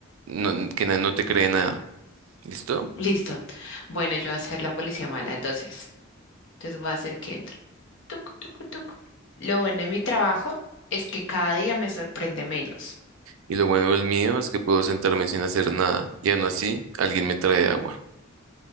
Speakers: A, on the right; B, on the left.
A: no, que nadie no te cree nada, ¿listo?
B: listo. Bueno, yo voy a ser la policía mala, entonces. Entonces voy a hacer que entro. Tuc, tuc, tuc. Lo bueno de mi trabajo es que cada día me sorprende menos.
A: Y lo bueno del mío es que puedo sentarme sin hacer nada y aún así alguien me trae agua.